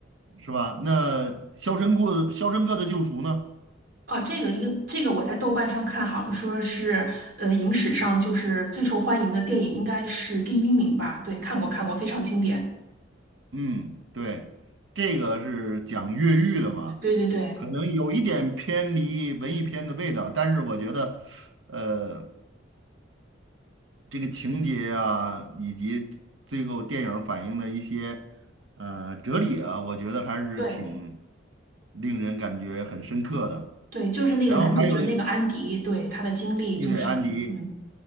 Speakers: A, on the right; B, on the right.
A: 是吧？那《肖申克的肖申克的救赎》呢？
B: 哦，这个应这个我在豆瓣上看，好像说是呃影史上就是最受欢迎的电影应该是第一名吧？对，看过看过，非常经典。
A: 嗯，对，这个是讲越狱的嘛，
B: 对对对
A: 可能有一点偏离文艺片的味道，但是我觉得，呃。这个情节啊，以及最后电影反映的一些呃哲理啊，我觉得还是挺
B: 对
A: 令人感觉很深刻的。
B: 对，就是那个男主角那个安迪，
A: 然后还有一，
B: 对，他的经历就是嗯，
A: 对对，安迪，